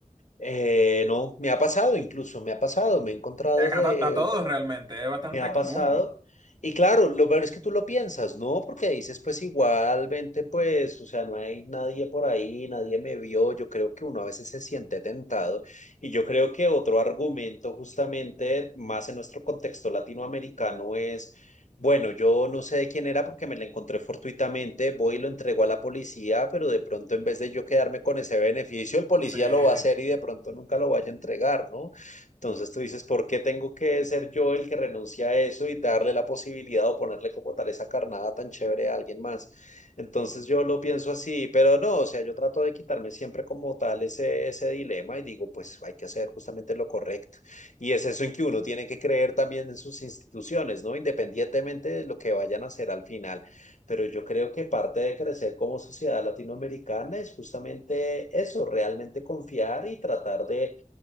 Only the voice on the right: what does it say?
Eh,
A, to- a todos realmente, es bastante
común.
Sí.